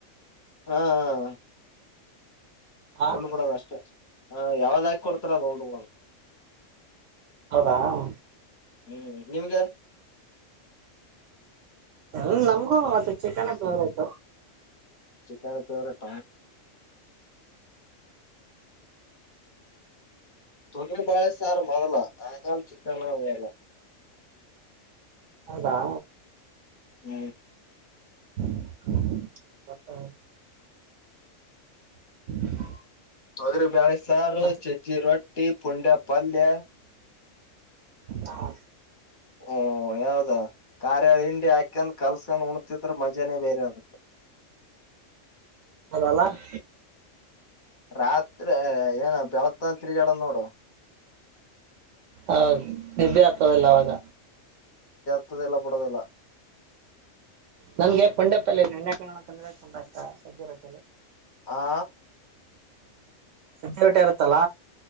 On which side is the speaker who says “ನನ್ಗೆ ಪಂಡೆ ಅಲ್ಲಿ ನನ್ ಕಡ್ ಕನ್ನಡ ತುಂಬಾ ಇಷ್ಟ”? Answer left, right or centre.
Right